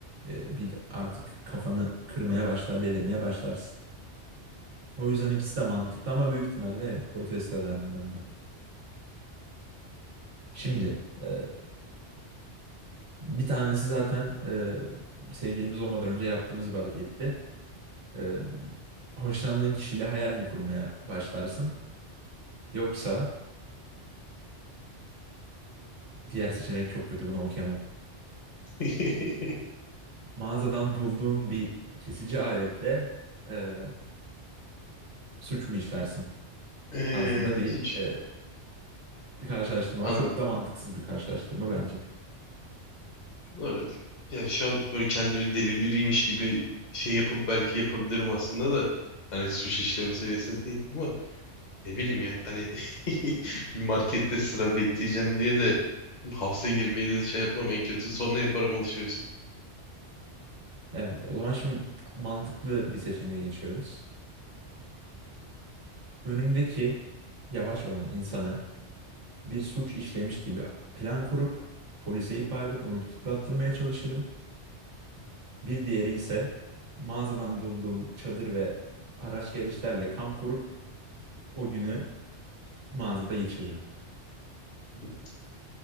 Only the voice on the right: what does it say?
e, bir artık kafanı kırmaya başlar, delirmeye başlarsın. O yüzden ikisi de mantıklı ama büyük ihtimalle evet protesto ederdim ben de. Şimdi e, bir tanesi zaten e, sevgilimiz olmadan önce yaptığımız bir hareketti. E, hoşlandığın kişiyle hayal mi kurmaya başlarsın? Yoksa diğer seçenek çok kötü bunu okuyamam.
Mağazadan bulduğun bir kesici aletle e, suç mu işlersin
tarzında bir
e, karşılaştırma
var. Çok da mantıksız bir karşılaştırma bence.
Evet, o zaman şimdi mantıklı bir seçeneğe geçiyoruz. Önümdeki yavaş olan insanı bir suç işlemiş gibi plan kurup polise ihbar edip onu tutuklattırmaya çalışırım. Bir diğeri ise mağazadan bulduğum çadır ve araç gereçlerle kamp kurup o günü mağazada geçiririm.